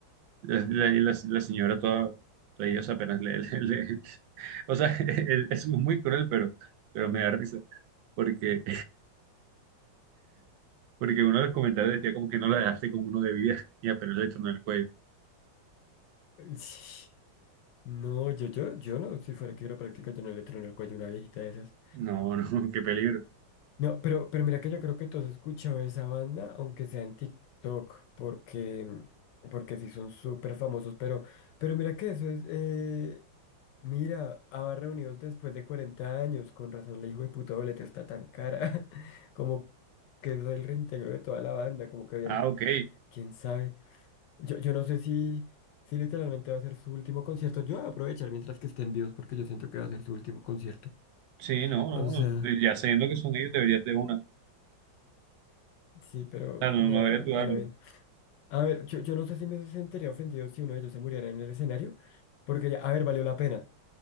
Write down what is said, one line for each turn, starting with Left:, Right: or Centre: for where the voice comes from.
Right: La, la- y la- la señora toda, toda ellos apenas le, le- le- <laughs> O sea, <laughs> es, es muy cruel, pero, pero me da risa. Porque, porque uno de los comentarios decía como que no la dejaste con uno de vida y apenas le tronó el cuello.
Left: <laughs> No, yo, yo, yo no, si fuera quiropráctico, yo no le trueno el cuello a una viejita de esas.
Right: No, no, <laughs> qué peligro.
Left: No, pero, pero mira que yo creo que todos has escuchado esa banda, aunque sea en TikTok, porque, porque sí son súper famosos, pero, pero mira que eso es, eh, mira, ABBA reunidos después de 40 años, con razón la hijo de puta boleta está tan cara, <laughs> como que es el reintegro de toda la banda, como que habían
Right: Ah, ok.
Left: quién sabe. Yo, yo no sé si, si literalmente va a ser su último concierto. Yo voy a aprovechar mientras que estén vivos porque yo siento que va a ser su último concierto.
Right: Sí, no, no,
Left: O sea,
Right: no, ya sabiendo que son ellos, deberías de una. O
Left: sí, pero
Right: sea, no,
Left: nada,
Right: no deberías dudarlo.
Left: a la bien. A ver, yo, yo no sé si me sentiría ofendido si uno de ellos se muriera en el escenario, porque, ya- a ver, valió la pena.